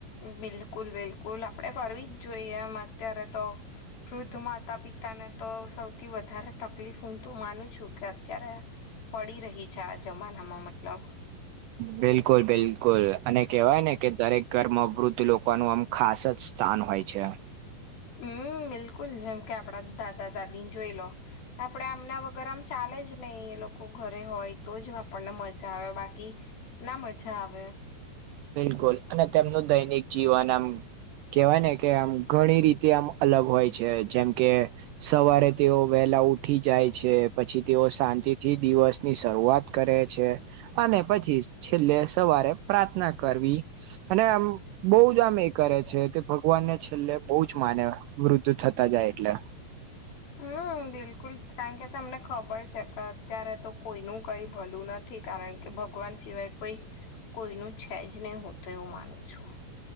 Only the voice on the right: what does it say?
બિલકુલ બિલકુલ અને કેવાય ને કે દરેક ઘરમાં અવૃદ્ધ લોકોનું આમ ખાસ જ સ્થાન હોય છે.
બિલકુલ અને તેમનું દૈનિક જીવન આમ કેવાય ને કે આમ ઘણી રીતે આમ અલગ હોય છે જેમ કે સવારે તેઓ વહેલા ઉઠી જાય છે પછી તેઓ શાંતિથી દિવસ ની શરૂઆત કરે છે અને પછી છેલ્લે સવારે પ્રાર્થના કરવી અને આમ બહ જ આમ એક કરે છે તે ભગવાનને છેલ્લે બહુ જ માને વૃદ્ધ થતા જાય એટલે